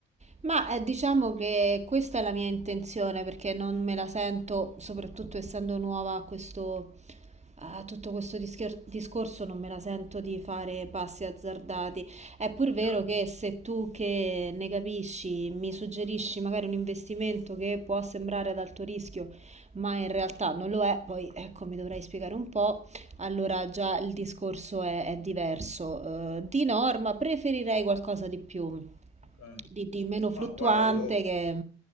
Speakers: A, on the right; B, on the left.
A: Ma eh, diciamo che questa è la mia intenzione perché non me la sento, soprattutto essendo nuova a questo, eh, tutto questo discher- discorso non me la sento di fare passi azzardati. È pur vero
B: chiaro?
A: che se tu che ne capisci mi suggerisci magari un investimento che può sembrare ad alto rischio, ma in realtà non lo è, poi ecco mi dovrai spiegare un po', allora già il discorso è, è diverso. Eh, di norma preferirei qualcosa di più,
B: Ok.
A: di, di meno fluttuante
B: Ma guarda, io
A: che...